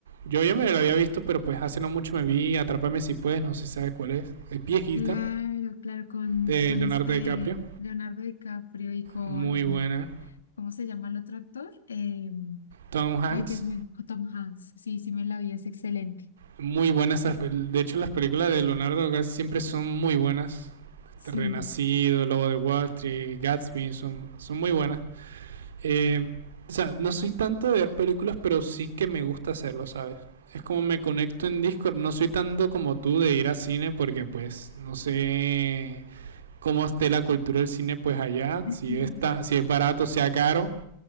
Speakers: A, on the right (about 65°); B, on the left (about 70°).
A: yo ya me la había visto, pero pues hace no mucho me vi Atrápame si puedes, no sé si sabes cuál es. Es viejita,
B: Claro, claro, con,
A: de
B: con
A: Leonardo
B: este
A: DiCaprio.
B: Leonardo DiCaprio y con,
A: Muy buena.
B: ¿cómo se llama el otro actor? Eh,
A: Tom Hanks.
B: ay, que es muy, Tom Hanks. Sí, sí me la vi, es excelente.
A: Muy buenas. esas pel- De hecho, las películas de Leonardo casi siempre son muy buenas.
B: Sí.
A: Este, Renacido, Lobo de Wall Street, Gatsby, son, son muy buenas. Eh, o sea, no soy tanto de ver películas, pero sí que me gusta hacerlo, ¿sabes? Es como me conecto en Discord. No soy tanto como tú de ir a cine porque, pues, no sé cómo esté la cultura del cine, pues allá.
B: <laughs>
A: Si, está, si es barato, sea caro.